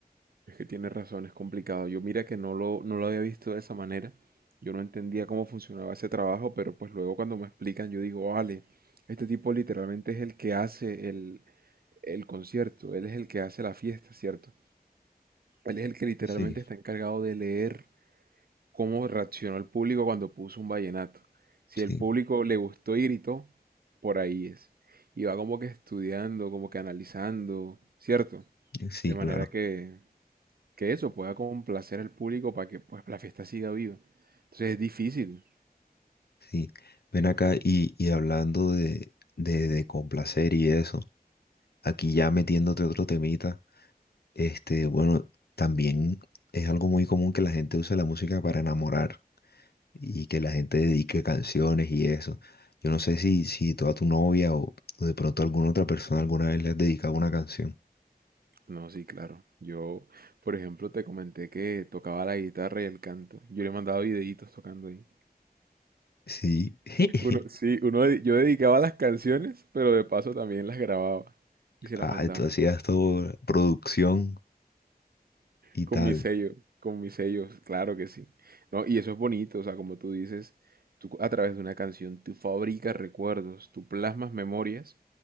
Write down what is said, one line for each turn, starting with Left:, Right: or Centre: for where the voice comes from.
Right: es que tienes razón, es complicado. Yo mira que no lo, no lo había visto de esa manera. Yo no entendía cómo funcionaba ese trabajo, pero pues luego cuando me explican yo digo, vale, este tipo literalmente es el que hace el, el concierto, él es el que hace la fiesta, ¿cierto? Él es el que literalmente
Left: Sí,
Right: está encargado de leer cómo reaccionó el público cuando puso un vallenato. Si
Left: sí,
Right: el público le gustó y gritó, por ahí es. Y va como que estudiando, como que analizando, ¿cierto?
Left: sí,
Right: De manera
Left: claro.
Right: que, que eso pueda complacer al público para que pues la fiesta siga viva. Entonces es difícil.
Left: Sí, ven acá y, y hablando de, de, de complacer y eso, aquí ya metiéndote otro temita, este, bueno, también es algo muy común que la gente use la música para enamorar y que la gente dedique canciones y eso. Yo no sé si, si tú a tu novia o, o de pronto a alguna otra persona alguna vez le has dedicado una canción.
Right: No, sí, claro. Yo, por ejemplo, te comenté que tocaba la guitarra y el canto. Yo le mandaba videitos tocando ahí.
Left: Sí, <laughs>
Right: Uno, sí, uno, de- yo dedicaba las canciones, pero de paso también las grababa y se
Left: ah,
Right: las mandaba.
Left: tú hacías todo producción y
Right: Con
Left: tal,
Right: mis sellos, con mis sellos, claro que sí. No, y eso es bonito, o sea, como tú dices, tú a través de una canción, tú fabricas recuerdos, tú plasmas memorias